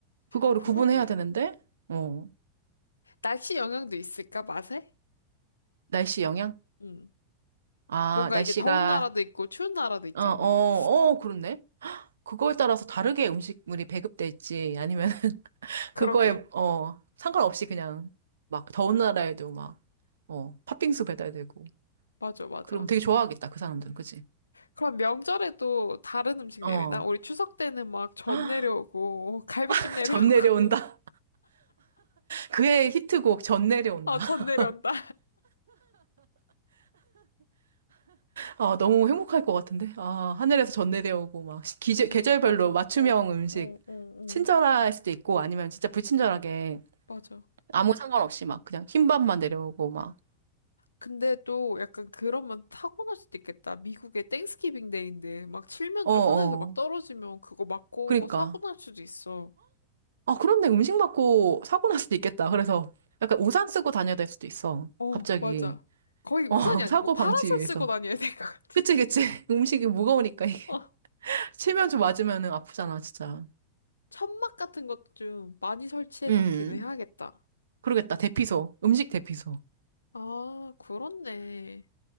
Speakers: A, on the right; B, on the left.
A: 그거를
B: 그렇네.
A: 구분해야 되는데, 어,
B: 날씨 영향도 있을까, 맛에?
A: 날씨 영향?
B: 응.
A: 아,
B: 뭔가
A: 날씨가,
B: 이게 더운 나라도 있고 추운 나라도 있잖아.
A: 어, 어, 어, 그렇네. 그거에 따라서 다르게 음식물이 배급될지 아니면 <laughs>
B: 그러게.
A: 그거에, 어, 상관없이 그냥 막 더운 나라에도 막, 어, 팥빙수 배달되고.
B: 맞아, 맞아.
A: 그러면 되게 좋아하겠다, 그 사람들은. 그치?
B: 그럼 명절에도 다른 음식 내리나?
A: 어.
B: 우리 추석 때는 막 전
A: <gasps>
B: 내려오고, 갈비찜
A: <laughs>
B: 내려오고,
A: 전 내려온다.
B: <laughs>
A: 그의 히트곡 전내려 온다.
B: 어, 전
A: <laughs>
B: 내려온다.
A: 아, 너무 행복할 것 같은데. 아, 하늘에서 전내려 오고 막 기제,
B: 굳이,
A: 계절별로
B: 맞아. 어,
A: 맞춤형
B: 어,
A: 음식
B: 어, 어.
A: 친절할 수도 있고 아니면 진짜 불친절하게
B: 맞아.
A: 아무 상관없이 막 그냥 흰밥만 내려오고 막.
B: 근데 또 약간 그러면 타고날 수도 있겠다. 미국의 땡스기빙 데이인데, 막 칠면조
A: 어, 어.
B: 하늘에서 막 떨어지면 그거 맞고
A: 그러니까.
B: 사고 날 수도 있어.
A: 아, 그런데 음식 맞고 사고 날 수도 있겠다. 그래서 약간 우산 쓰고 다녀야 될 수도 있어.
B: 어,
A: 갑자기.
B: 맞아. 거의 우산이
A: 어, <laughs>
B: 아니고
A: 사고
B: 파라솔
A: 방지 위해서.
B: 쓰고 다녀야 될 것 같은데?
A: 그치, 그치. <laughs> 음식이 무거우니까 이게. <laughs>
B: 어,
A: 체면 좀 맞으면 아프잖아, 진짜.
B: 천막 같은 것도 좀 많이 설치해
A: 음.
B: 놓기는 해야겠다.
A: 그러겠다. 대피소. 음식 대피소.
B: 아, 그렇네.